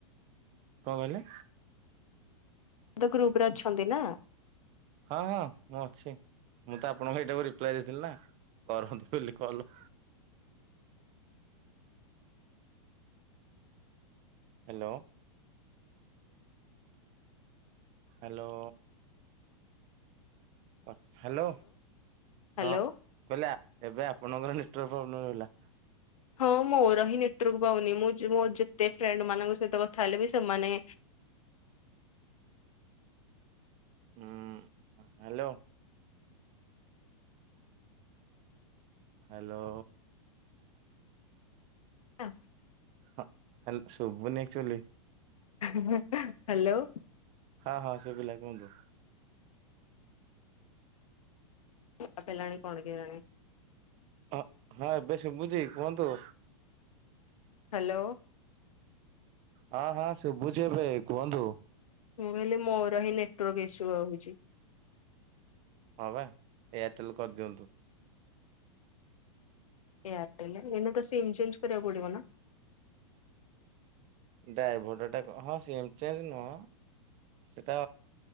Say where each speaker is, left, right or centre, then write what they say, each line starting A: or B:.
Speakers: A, on the right (about 35°); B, on the left (about 85°).
A: କଣ କହିଲେ?
B: ତ ଗ୍ରୁପ ରେ ଅଛନ୍ତି ନା?
A: ହଁ ହଁ ମୁଁ ଅଛି। ମୁଁ ତ ଆପଣଙ୍କୁ ଏଇଟାକୁ ରିପ୍ଲାଏ ଦେଇଥିଲି ନା କରନ୍ତୁ ବୋଲି କଲ। ହ୍ୟାଲୋ। ହ୍ୟାଲୋ। ହ୍ୟାଲୋ
B: ହ୍ୟାଲୋ।
A: ହଁ କହିଲି ଏବେ ଆପଣଙ୍କର ନେଟୱାର୍କ ପ୍ରୋବ୍ଲେମ୍ ହେଲା।
B: ହଁ ମୋର ହିଁ ନେଟୱାର୍କ ପାଉନି ମୁଁ ଜୋ ମୋ ଯେତେ ଫ୍ରେଣ୍ଡ ମାନଙ୍କ ସହିତ କଥା ହେଲେ ବି ସେମାନେ
A: ହୁଁ ହ୍ୟାଲୋ। ହ୍ୟାଲୋ।
B: ହସ୍
A: ହଁ ହଲ ଶୋଭୁନି ଏକକ୍ଚୁଲି।
B: ହ୍ୟାଲୋ।
A: ହଁ ହଁ ସୁବିଲା କୁହନ୍ତୁ।
B: କାଟିଲାଣି କଣ କେଜାଣି।
A: ହଁ ହଁ ଏବେ ସୁସୁଚି କୁହନ୍ତୁ।
B: ହ୍ୟାଲୋ।
A: ହଁ ହଁ ଶୁଭୁଛି ଏବେ କୁହନ୍ତୁ।
B: ମୁଁ କହିଲି ମୋର ହିଁ ନେଟୱାର୍କ ଇସ୍ୟୁ ରଉଚି।
A: ହଁ ବା ଏୟାରଟେଲ କରିଦିଅନ୍ତୁ।
B: ଏୟାରଟେଲ ଏଇନା ତ ସିମ୍ ଚେଞ୍ଜ କରିବାକୁ ପଡିବ ନା?
A: ଡାଇଭଟ ଟାକ ହଁ ସିମ୍ ଚେଞ୍ଜ ନୁହଁ ସେଇଟା